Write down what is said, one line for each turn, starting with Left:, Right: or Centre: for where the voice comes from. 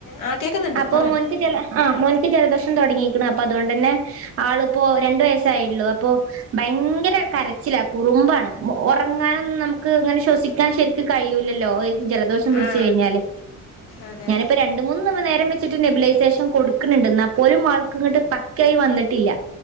Left: ആ കേൾക്കുന്നുണ്ട്
Right: അപ്പൊ
Left: പറഞ്ഞോ
Right: മോൻക്ക് ജല ആഹ് മോൻക്ക് ജലദോഷം തൊട്ങ്ങീക്ക്ണ്. അപ്പൊ അതോണ്ടെന്നെ ആള്പ്പൊ രണ്ട് വയസായിള്ളൂ അപ്പൊ ഭയങ്കര കരച്ചില കുറുമ്പാണ്. ഒറങ്ങാനന്നും നമുക്ക് ങ്ങനെ ശ്വസി ക്കാൻ ശരിക്കും കഴിയൂല്ലല്ലോ ജലദോഷം പിടിച്ച്
Left: ആ
Right: കഴിഞ്ഞാല്
Left: അതെ.
Right: ഇപ്പൊ രണ്ട് മൂന്ന് നേരം വെച്ചിട്ട് നെബിലൈസേഷൻ കൊട്ക്ക്ണ്ണ്ട്. ന്നാ പോലും ആൾക്ക് ഇങ്ങട്ട് പക്കായി വന്നിട്ടില്ല.